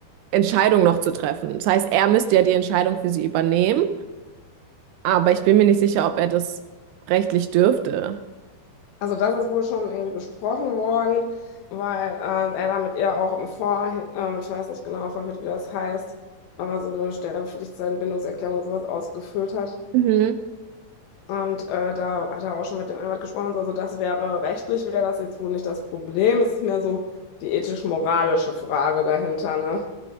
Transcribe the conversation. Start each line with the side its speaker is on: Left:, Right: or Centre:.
Right: Entscheidung noch zu treffen. Das heißt, er müsste ja die Entscheidung für sie übernehmen, aber ich bin mir nicht sicher, ob er das rechtlich dürfte.
Left: Also das ist wohl schon irgendwie besprochen worden, weil äh, er da mit ihr auch im Vor, äh, ich weiß nicht genau im Vorfeld, wie das heißt, aber so eine Sterbepflicht, Bindungserklärung oder sowas ausgefüllt hat.
Right: Mhm.
Left: Und äh, da hat er auch schon mit dem Anwalt gesprochen, und so. also das wäre rechtlich, wäre das jetzt wohl nicht das Problem. Es ist mehr so die ethisch-moralische Frage dahinter, ne?